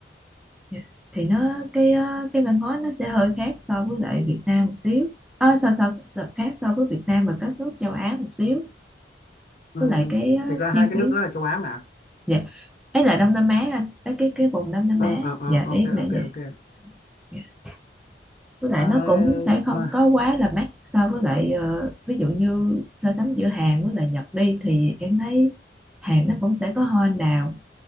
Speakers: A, in the centre; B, on the left (about 45°).
A: Dạ. thì nó cái ờ, cái văn hóa nó sẽ hơi khác so với lại Việt Nam một xíu à, so, so, so khác so với Việt Nam và các nước châu Á một xíu
B: Ừm,
A: với lại cái ờ,
B: thực ra
A: chi
B: hai cái
A: phí
B: nước đó là châu Á mà
A: dạ ấy là Đông Nam Á anh cái cái cái vùng Đông Nam
B: ờ
A: Á
B: ờ ờ
A: dạ
B: ok
A: em
B: ok
A: lại vậy
B: ok
A: Dạ. với lại
B: Ờ,
A: nó cũng sẽ không
B: thôi
A: có quá là mắc so với lại ờ, ví dụ như so sánh giữa Hàn với lại Nhật đi thì em thấy Hàn nó cũng sẽ có hoa anh đào